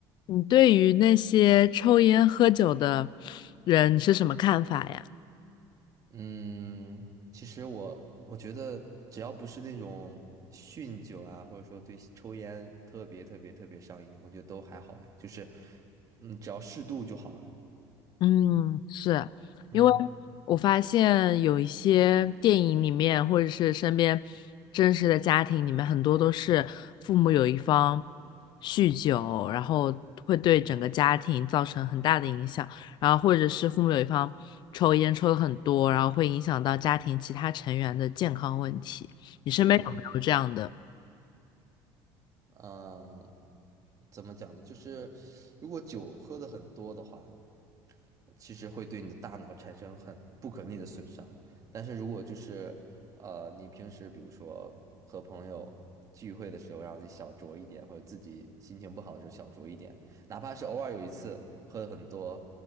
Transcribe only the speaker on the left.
你对于那些抽烟喝酒的人是什么看法呀？
嗯，是因为
我发现有一些电影里面，或者是身边真实的家庭里面，很多都是父母有一方酗酒，然后会对整个家庭造成很大的影响，然后或者是父母有一方抽烟抽的很多，然后会影响到家庭其他成员的健康问题。你身边有没有这样的？